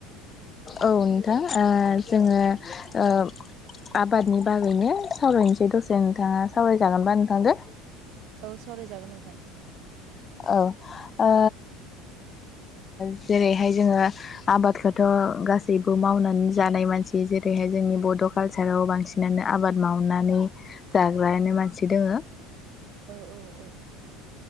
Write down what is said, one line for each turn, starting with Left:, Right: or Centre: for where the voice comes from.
Left: औ नोंथां ओ जोङो ओ आबादनि बागैनो सावरायनोसै दसे नोंथाङा सावरायजागोनबा नोंथांदो।
Right: औ सावरायजागोन नोंथां।
Left: औ ओ जेरैहाय जोङो आबादखौथ' गासैबो मावनानै जानाय मानसि जेरैहाय जोंनि बड' कालसाराव बांसिनानो आबाद मावनानै जाग्रायानो मानसि दङो
Right: औ औ औ औ